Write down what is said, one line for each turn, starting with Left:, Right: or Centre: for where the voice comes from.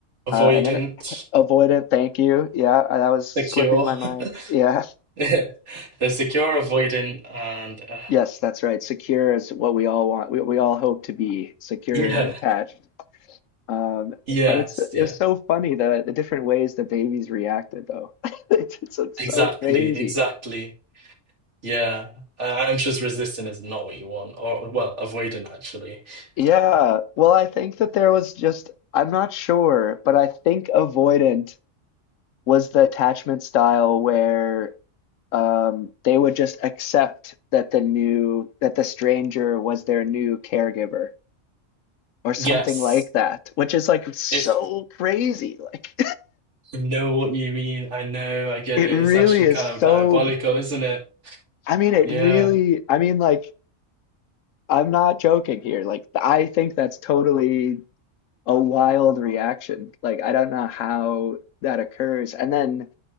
Right: avoidant,
Left: uh, and then avoidant. Thank you. Yeah, uh, that was slipping
Right: secure.
Left: my mind. Yeah,
Right: <laughs> They're secure, avoidant, and
Left: <laughs>
Right: uh,
Left: yes, that's right. Secure is what we all want. We we all hope to be securely
Right: <laughs> yeah,
Left: attached. Um,
Right: yes,
Left: but it's it's
Right: yeah,
Left: so funny the the different ways that babies reacted though. <laughs> It's, it's like so
Right: exactly,
Left: crazy.
Right: exactly. Yeah, uh, anxious resistant is not what you want, or well, avoidant actually. <laughs>
Left: Yeah. Well, I think that there was just I'm not sure, but I think avoidant was the attachment style where um they would just accept that the new that the stranger was their new caregiver or something
Right: Yes,
Left: like that, which is like so
Right: it,
Left: crazy. Like
Right: I know what you mean. I know,
Left: <laughs>
Right: I get
Left: it
Right: it.
Left: really
Right: It's actually
Left: is
Right: kind of
Left: so
Right: diabolical, isn't it?
Left: I mean, it
Right: Yeah.
Left: really, I mean, like I'm not joking here. Like, I think that's totally a wild reaction. Like, I don't know how that occurs. And then